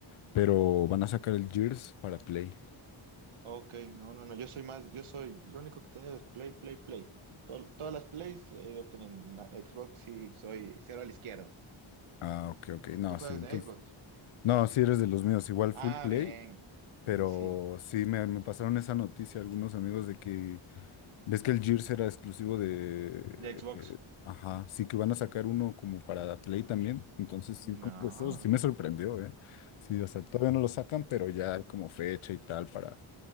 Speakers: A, on the left; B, on the right.
A: pero van a sacar el Gears para Play.
B: Ok, no, no, no, yo soy más, yo soy, lo único que he tenido es Play, Play, Play. Tol- todas las Plays he ido teniendo. Na- Xbox sí, soy cero a la izquierda.
A: Ah, ok, ok. No,
B: ¿Tú juegas
A: sí,
B: de Xbox?
A: No, sí eres de los míos, igual
B: Ah,
A: full play,
B: bien.
A: pero
B: Sí, sí.
A: sí me, me pasaron esa noticia algunos amigos de que ves que el Gears era exclusivo de,
B: ¿De Xbox?
A: de- ajá, sí que van a sacar uno como para Play también, entonces
B: No.
A: sí como que eso sí me sorprendió, ¿eh? Sí, o sea, todavía no lo sacan, pero ya hay como fecha y tal para